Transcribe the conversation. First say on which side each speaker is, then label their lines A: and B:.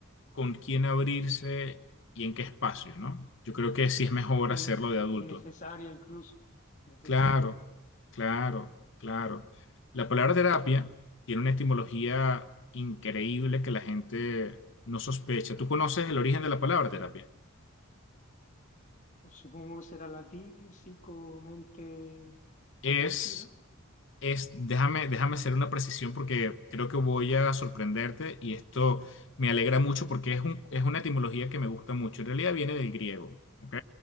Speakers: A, on the left (about 60°); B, on the left (about 35°).
A: con quién abrirse y en qué espacio, ¿no? Yo creo que sí es mejor
B: In-
A: hacerlo de adulto.
B: innecesaria incluso, necesaria.
A: Claro, claro, claro. La palabra terapia tiene una etimología increíble que la gente no sospecha. ¿Tú conoces el origen de la palabra terapia?
B: Pues supongo que será latín, psico, mente,
A: Es
B: algo así, ¿no?
A: Es, déjame, déjame hacer una precisión porque creo que voy a sorprenderte y esto me alegra mucho porque es un, es una etimología que me gusta mucho. En realidad viene del griego, ¿ok?